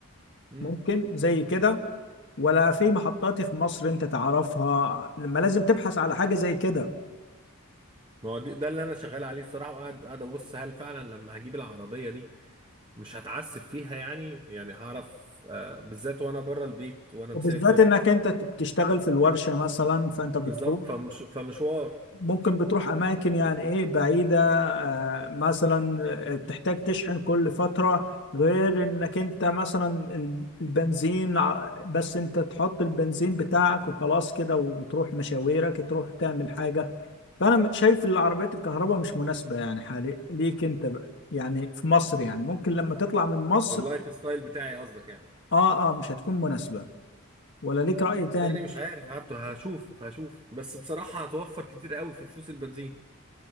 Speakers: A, on the right; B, on the left.
A: امم
B: ممكن زي كده ولا في محطات في مصر انت تعرفها لما لازم تبحث على حاجة زي كده
A: ما هو دي- ده اللي انا شغال عليه الصراحه وقاعد قاعد ابص هل فعلا لما هجيب العربيه دي مش هتعسف فيها يعني يعني هعرف آه، بالذات وانا بره البيت وانا
B: وبالذات
A: مسافر
B: انك انت بتشتغل في الورشة مثلا فانت بتروح
A: بالظبط فمش فمشوار
B: ممكن بتروح اماكن يعني ايه بعيده آه، مثلا آه، بتحتاج تشحن كل فتره غير انك انت مثلا ال- البنزين ع- بس انت تحط البنزين بتاعك وخلاص كده وتروح مشاويرك تروح تعمل حاجه فانا م- شايف العربيات الكهرباء مش مناسبه يعني حالي ليك انت بقى يعني في مصر يعني ممكن لما تطلع من مصر
A: لللايف ستايل بتاعي قصدك يعني
B: اه اه مش هتكون مناسبه ولا ليك رأي تاني
A: التاني مش عارف حتى هشوف هشوف بس بصراحة هتوفر كتير قوي في فلوس البنزين